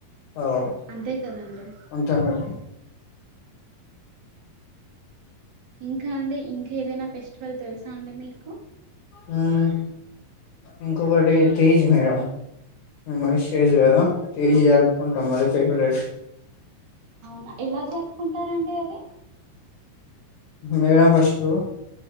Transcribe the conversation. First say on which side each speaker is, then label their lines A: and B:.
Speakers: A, on the left (about 65°); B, on the right (about 40°).
A: అవ్
B: అంతే కదండి
A: అంతే మేడం
B: ఇంకా అంటే ఇంకేదైనా ఫెస్టివల్ తెలుసా అండి మీకు
A: హ్మ్ ఇంకొకటి తేజ్ మేడం మ్మ్ విష్ జేయచ్చు కదా తేజ్ జరుపుకుంటాం మది ఫేవరెట్
B: అవునా ఎలా జరుపుకుంటారం అండి అది
A: మేడం ఫస్టు